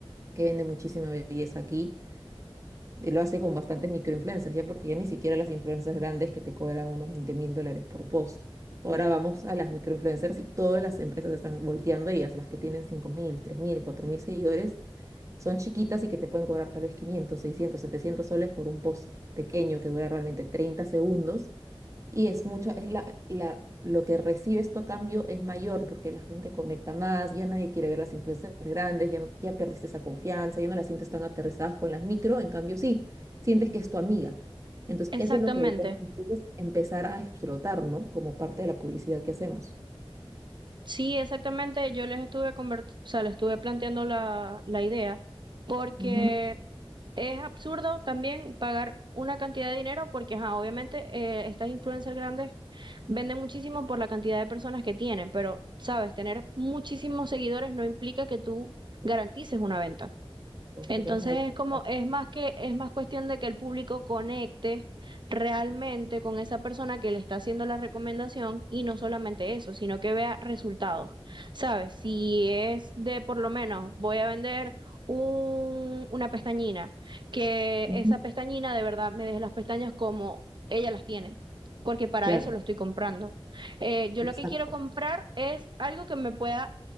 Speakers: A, on the right; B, on the right.
A: que vende muchísima belleza aquí, y lo hace con bastantes microinfluencers, ya porque ya ni siquiera las influencers grandes que te cobran unos veinte mil dólares por post. Ahora vamos a las microinfluencers y todas las empresas están volteando a ellas, las que tienen cinco mil, tres mil, cuatro mil seguidores, son chiquitas y que te pueden cobrar tal vez 500 600 700 soles por un post pequeño que dura realmente treinta segundos y es mucho, es la, la- lo que recibe esto a cambio es mayor porque la gente conecta más, ya nadie quiere ver las influencias grandes, ya, no- ya perdiste esa confianza, ya no las sientes tan aterrizadas con las micro, en cambio sí, sientes que es tu amiga. Entonces,
B: Exactamente.
A: eso es lo que deberíamos nosotros empezar a explotar, ¿no? Como parte de la publicidad que hacemos.
B: Sí, exactamente. Yo les estuve conver- o sea, les estuve planteando la, la idea, porque
A: Ujú.
B: es absurdo también pagar una cantidad de dinero, porque ajá, obviamente eh, estas influencers grandes venden muchísimo por la cantidad de personas que tienen, pero sabes, tener muchísimos seguidores no implica que tú garantices una venta.
A: Entonces,
B: Entonces
A: que tengas un alcance.
B: es como, es más que, es más cuestión de que el público conecte realmente con esa persona que le está haciendo la recomendación y no solamente eso, sino que vea resultados. ¿Sabes? Si es de por lo menos voy a vender un, una pestañina, que
A: Ujú.
B: esa pestañina de verdad me deje las pestañas como ella las tiene, porque para
A: Claro,
B: eso lo estoy comprando. Eh, yo
A: exacto.
B: lo que quiero comprar es algo que me pueda